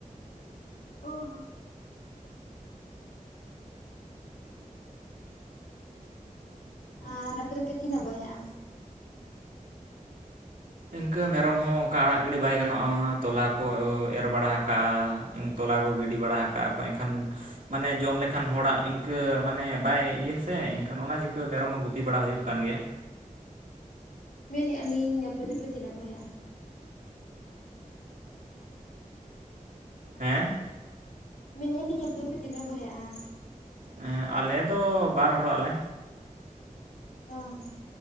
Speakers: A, on the left (about 85°); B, on the right (about 75°).
A: ᱚᱦᱚ ᱟᱨ ᱟᱯᱮ ᱫᱚᱯᱮ ᱛᱤᱱᱟᱹᱜ ᱵᱚᱭᱦᱟᱜᱼᱟ?
B: ᱤᱱᱠᱟᱹ ᱢᱮᱨᱚᱢ ᱦᱚᱸ ᱚᱝᱠᱟ ᱟᱲᱟᱜ ᱜᱤᱰᱤ ᱵᱟᱭ ᱜᱟᱱᱚᱜᱼᱟ ᱛᱚᱞᱟ ᱠᱚ ᱮᱨ ᱵᱟᱲᱟ ᱦᱩᱭᱩᱜ, ᱛᱚᱞᱟ ᱠᱚ ᱜᱤᱰᱤ ᱵᱟᱲᱟ ᱟᱠᱟᱜ ᱟᱠᱚ ᱮᱠᱷᱟᱱᱼᱼ ᱢᱟᱱᱮ ᱡᱚᱢ ᱞᱮᱠᱷᱟᱱ ᱦᱚᱲᱟᱜ ᱤᱱᱠᱟᱹ ᱢᱟᱱᱮ ᱵᱟᱭ ᱤᱭᱟᱹ ᱥᱮ ᱮᱱᱠᱷᱟᱱ ᱚᱱᱟ ᱪᱤᱠᱟᱹ ᱢᱮᱨᱚᱢ ᱦᱚᱸ ᱜᱩᱯᱤ ᱵᱟᱲᱟ ᱦᱩᱭᱩᱜ ᱠᱟᱱ ᱜᱮᱭᱟ ᱾
A: ᱢᱮᱱᱮᱜ ᱟᱹᱞᱤᱧ ᱟᱯᱮ ᱫᱚᱯᱮ ᱛᱤᱱᱟᱹᱜ ᱵᱚᱭᱦᱟᱜᱼᱟ?
B: ᱦᱮᱸ
A: ᱢᱮᱱᱮᱜ ᱟᱹᱞᱤᱧ ᱟᱯᱮ ᱫᱚᱯᱮ ᱛᱤᱱᱟᱹᱜ ᱵᱚᱭᱦᱟᱜᱼᱟ?
B: ᱦᱮᱸ ᱟᱞᱮ ᱫᱚ ᱵᱟᱨ ᱦᱚᱲᱚᱜ ᱟᱞᱮ
A: ᱚ ᱦᱚ